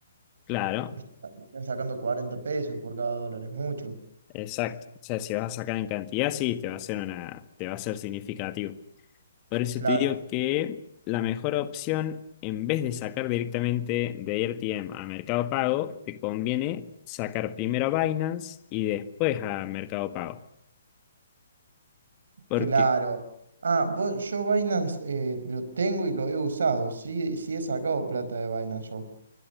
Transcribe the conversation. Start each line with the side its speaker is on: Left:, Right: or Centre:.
Left: claro,
Right: Me está- me están sacando 40 pesos por cada dólar, es mucho.
Left: exacto. O sea, si vas a sacar en cantidad, sí, te va a ser una, te va a ser significativo. Por eso
Right: Claro,
Left: te digo que la mejor opción, en vez de sacar directamente de RTM a Mercado Pago, te conviene sacar primero a Binance y después a Mercado Pago. Porque,
Right: claro. Ah, vos, yo Binance eh, lo tengo y lo he usado. Sí, sí he sacado plata de Binance yo.